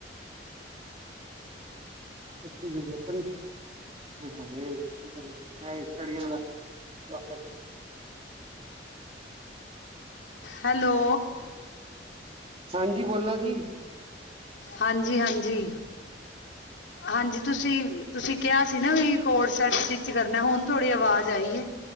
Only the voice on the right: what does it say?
<unintelligible>
ਹਾਂਜੀ ਬੋਲੋ ਜੀ।